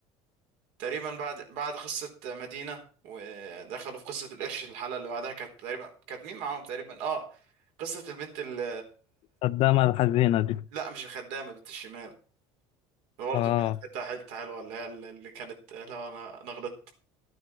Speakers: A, on the right; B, on the left.
A: تقريبا بعد بعد قصة مدينة ودخلوا في قصة القرش الحلقة اللي بعدها كانت تقريبا كانت مين معاهم تقريبا اه قصة البنت ال
B: قدامها الحزينة دي
A: لا مش الخدامة بنت الشمال برضه
B: اه
A: كانت حتة حتة حلوة اللي هي اللي كانت لا أنا أنا غلطت